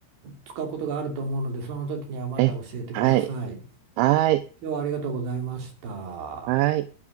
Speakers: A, on the right; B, on the right.
A: 使うことがあると思うので、その時にはまた教えてください。
B: え、はい。
A: 今
B: はい。
A: 日はありがとうございました。
B: はい。はい。